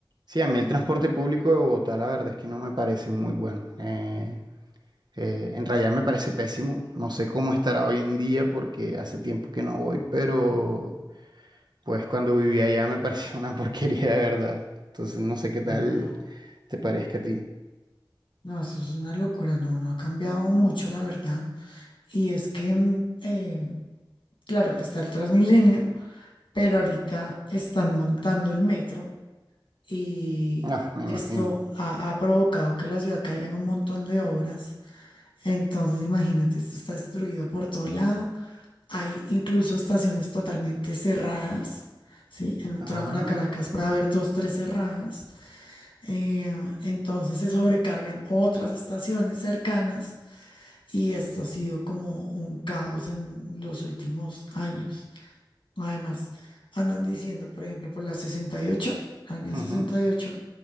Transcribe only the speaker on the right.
Sí, a mí el transporte público de Bogotá, la verdad es que no me parece muy bueno. Eh, eh, en realidad me parece pésimo. No sé cómo estará hoy en día porque hace tiempo que no voy, pero pues cuando vivía allá me <laughs> parecía una porquería de verdad. Entonces no sé qué tal
te parezca a ti.
Ah, me
imagino.
Ah,
ujú.